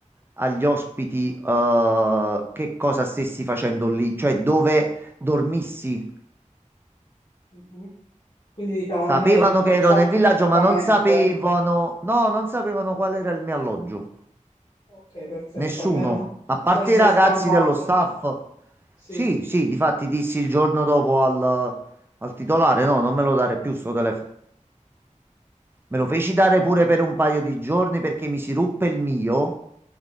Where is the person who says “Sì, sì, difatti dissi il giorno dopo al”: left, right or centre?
Right